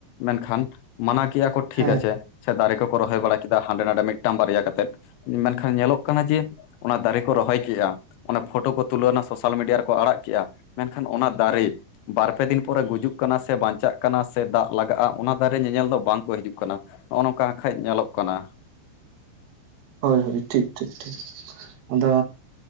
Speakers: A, on the left; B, on the right.
A: ᱢᱮᱱᱠᱷᱟᱱ ᱢᱟᱱᱟᱣ ᱠᱮᱭᱟ ᱠᱚ ᱴᱷᱤᱠ
B: ᱦᱮᱸ
A: ᱟᱪᱷᱮ ᱥᱮ ᱫᱟᱨᱮ ᱠᱚ ᱠᱚ ᱨᱚᱦᱚᱭ ᱵᱟᱲᱟ ᱠᱮᱫᱟ ᱦᱟᱸᱰᱮ ᱱᱟᱰᱮ ᱢᱤᱫᱴᱟᱝ ᱵᱟᱨᱭᱟ ᱠᱟᱛᱮᱫ ᱢᱮᱱᱠᱷᱟᱱ ᱧᱮᱞᱚᱜ ᱠᱟᱱᱟ ᱡᱮ ᱚᱱᱟ ᱫᱟᱨᱮ ᱠᱚ ᱨᱚᱦᱚᱭ ᱠᱮᱜᱼᱟ ᱚᱱᱟ ᱯᱷᱳᱴᱳ ᱠᱚ ᱛᱩᱞᱟᱹᱣᱱᱟ ᱥᱳᱥᱟᱞ ᱢᱤᱰᱤᱭᱟ ᱨᱮᱠᱚ ᱟᱲᱟᱜ ᱠᱮᱜᱼᱟ ᱢᱮᱱᱠᱷᱟᱱ ᱚᱱᱟ ᱫᱟᱨᱮ ᱵᱟᱨ ᱯᱮ ᱫᱤᱱ ᱯᱚᱨᱮ ᱜᱩᱡᱩᱜ ᱠᱟᱱᱟ ᱥᱮ ᱵᱟᱧᱪᱟᱜ ᱠᱟᱱᱟ ᱥᱮ ᱫᱟᱜ ᱞᱟᱜᱟᱜᱼᱟ ᱚᱱᱟ ᱫᱟᱨᱮ ᱧᱮᱧᱮᱞ ᱫᱚ ᱵᱟᱝ ᱠᱚ ᱦᱤᱡᱩᱜ ᱠᱟᱱᱟ ᱱᱚᱜᱼᱚ ᱱᱚᱝᱠᱟ ᱠᱷᱟᱱ ᱧᱮᱞᱚᱜ ᱠᱟᱱᱟ
B: ᱦᱳᱭ ᱦᱳᱭ ᱴᱷᱤᱠ ᱴᱷᱤᱠ ᱴᱷᱤᱠ ᱟᱫᱚ